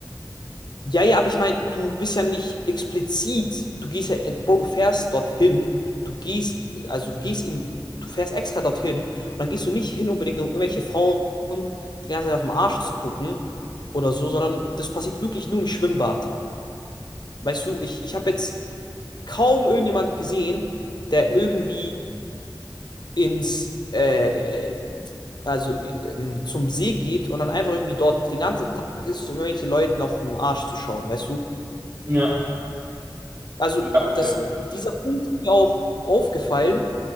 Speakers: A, on the left; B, on the right.
A: Ja, ja, aber ich meine, du bist ja nicht explizit. Du gehst ja, äh, Bro, du fährst dorthin. Du gehst, also du gehst in, du fährst extra dorthin und dann gehst du nicht hin unbedingt, um irgendwelche Frauen die ganze Zeit auf den Arsch zu gucken oder so, sondern das passiert wirklich nur im Schwimmbad. Weißt du, ich, ich habe jetzt kaum irgendjemand gesehen, der irgendwie ins, äh, äh, also äh, zum See geht und dann einfach irgendwie dort den ganzen Tag ist, um irgendwelche Leuten auf den Arsch zu schauen, weißt du?
B: Ja.
A: Also
B: Ja,
A: das,
B: okay.
A: dieser Punkt ist mir auch aufgefallen,